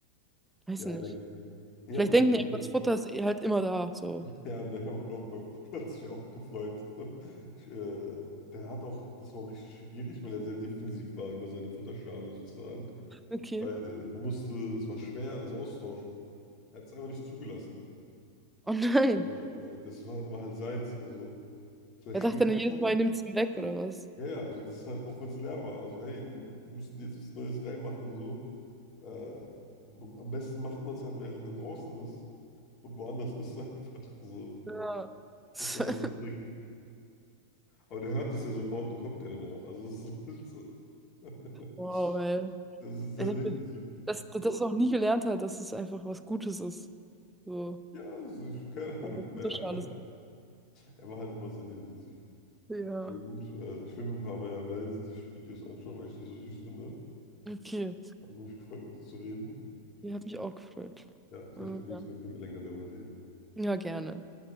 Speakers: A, in the centre; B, on the left.
A: weiß
B: Ja,
A: nicht.
B: denk, nee,
A: Vielleicht
B: aber
A: denken die
B: <laughs>
A: einfach, das Futter ist eh halt immer da. So,
B: ja, ne, beim Loch bei Fuhl <laughs> hat sich auch gefreut. <laughs> Ich, äh, der hat auch, das war auch richtig schwierig, weil er sehr defensiv war über seine Futterschale sozusagen.
A: okay.
B: Weil man musste, es war schwer, das auszutauschen. Er hat es einfach nicht zugelassen.
A: Oh nein.
B: So, äh, das war, war halt seins. Also, vielleicht
A: Er dachte
B: stimmt
A: dann
B: es
A: jedes
B: halt.
A: Mal, er nimmt es ihm weg oder was?
B: Ja, ja, also das ist halt, auch wenn es leer war. Also, hey, wir müssen jetzt was Neues reinmachen, so. Äh, am besten macht man es halt, während er draußen ist und woanders ist <laughs> einfach so.
A: Ja. <laughs>
B: Das war halt der Trick. Aber der hört das ja sofort und kommt ja dann auch. Also es ist, halt so- <laughs>
A: Wow, ey.
B: es ist sehr
A: Ich hab
B: defensiv.
A: das, das, das noch nie gelernt hat, dass es einfach was Gutes ist. So,
B: Ja, es ist, keine Ahnung.
A: ja, das
B: Naja,
A: gute Schale sein.
B: er war halt immer sehr defensiv.
A: Ja,
B: Ja gut, äh, ich will mir ein paar mehr Wellensittich-Videos anschauen, weil ich die so süß finde.
A: okay.
B: Hat mich gefreut, mit dir zu reden.
A: Die hat mich auch gefreut.
B: Ja, vielleicht
A: Äh,
B: beim nächsten
A: Ja,
B: Mal können wir länger darüber reden.
A: Ja, gerne.